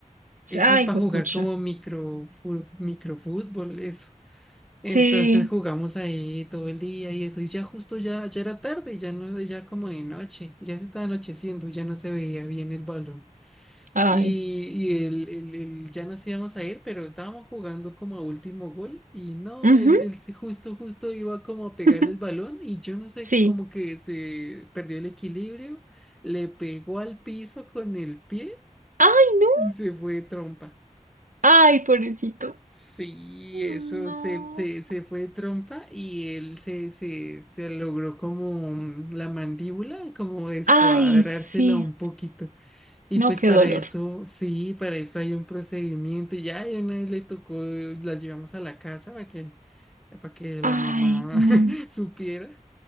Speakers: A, in the centre; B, on the right (about 70°).
A: Esas
B: Ay,
A: para
B: juepucha.
A: jugar como micro, fu- microfútbol, eso. Entonces
B: Sí.
A: jugamos ahí todo el día y eso, y ya justo ya, ya era tarde, ya no, ya como de noche, ya se estaba anocheciendo, ya no se veía bien el balón.
B: Ay.
A: Y, y él, él- él ya nos íbamos a ir, pero estábamos jugando como a último gol y no,
B: Ujú,
A: él, él se- justo, justo iba como a pegarle
B: <laughs>
A: el balón y yo no sé,
B: Sí.
A: como que se perdió el equilibrio, le pegó al piso con el pie
B: Ay, no.
A: y se fue de trompa.
B: Ay, pobrecito.
A: Sí,
B: No.
A: eso se, se, se fue de trompa y él se, se, se logró como mm, la mandíbula, como descuadrársela
B: Ay, sí.
A: un poquito. Y
B: No,
A: pues
B: qué
A: para
B: dolor.
A: eso, sí, para eso hay un procedimiento. Y ya y una vez le tocó, la llevamos a la casa para que, para que
B: Ay,
A: la mamá
B: no.
A: <laughs> supiera.